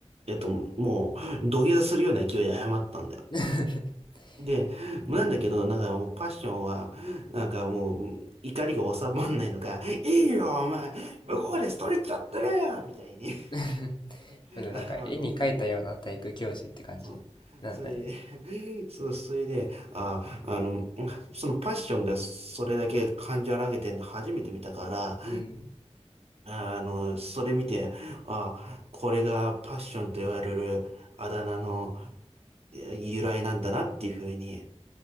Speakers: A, on the right; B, on the left.
A: えっと、もう、土下座するような勢いで謝ったんだよ。
B: <laughs>
A: で、
B: うん。
A: なんだけど、なんかもうパッションは、なんかもう怒りが収まんないのか、いいよ、お前、向こうでストレッチやってるよみたいに、
B: <laughs>
A: <laughs>
B: まだなんか絵に描いたような体育教師って感じなんだね。
A: あの、もう、そう。それで、<laughs> そう、それで、あ、あの、そのパッションがそれだけ感情荒げてんの初めて見たから、
B: うん。
A: あの、それ見て、あ、これがパッションと言われるあだ名のえ由来なんだなっていうふうに